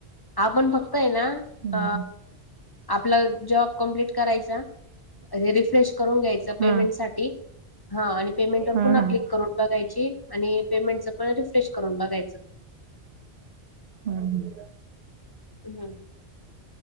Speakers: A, on the left; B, on the right.
A: आपण फक्त आहे ना
B: हम्म
A: अ आपला जॉब कम्प्लीट करायचा रिफ्रेश करून घ्यायच.
B: हम्म
A: मठीम क्
B: हम्म हम्म.
A: <inaudible> करून बघायची आणि पेमेंट पण रिफ्रेश करून बघायच.
B: हम् हम्
A: हम्